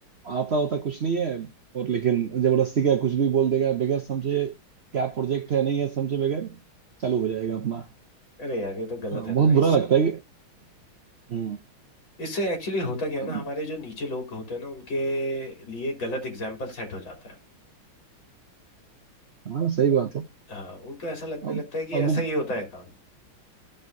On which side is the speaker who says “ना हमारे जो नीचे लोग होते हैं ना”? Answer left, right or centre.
Left